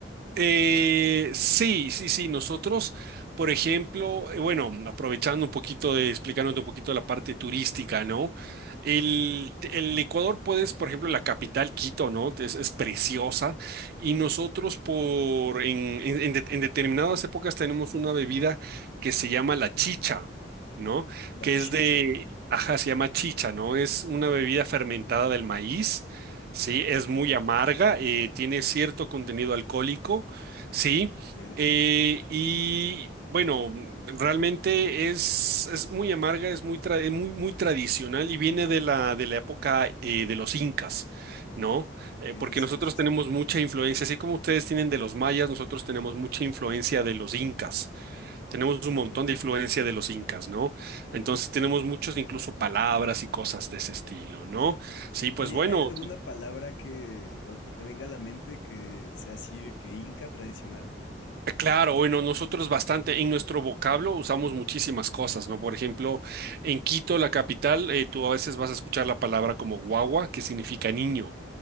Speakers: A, on the right; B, on the left.
A: Eh, sí, sí, sí. Nosotros, por ejemplo, eh, bueno, aprovechando un poquito de, explicándote un poquito la parte turística, ¿no? El, el Ecuador puedes, por ejemplo, la capital Quito, ¿no? Es, es preciosa. Y nosotros por, en, en- en de- en determinadas épocas tenemos una bebida que se llama la chicha, ¿no?
B: La
A: Que
B: chicha.
A: es de, ajá, se llama chicha, ¿no? Es una bebida fermentada del maíz. Sí, es
B: Ajá.
A: muy amarga, eh, tiene cierto contenido alcohólico Sí,
B: Ok.
A: eh, y bueno, realmente es, es muy amarga, es muy, tra- muy, muy tradicional y viene de la, de la época eh, de los incas, ¿no?
B: Ok,
A: Eh, porque
B: sí,
A: nosotros
B: sí, sí.
A: tenemos mucha influencia, así como ustedes tienen de los mayas, nosotros tenemos mucha influencia de los incas, tenemos un
B: Ok.
A: montón de influencia de los incas, ¿no? Entonces tenemos muchos incluso palabras y cosas de ese estilo, ¿no? Sí, pues
B: Oye,
A: bueno.
B: ¿hay alguna palabra que, o que te venga a la mente que sea así de que inca tradicional?
A: Claro, bueno, nosotros bastante, en nuestro vocablo usamos muchísimas cosas, ¿no? Por ejemplo, en Quito, la capital, eh, tú a veces vas a escuchar la palabra como guagua, que significa niño,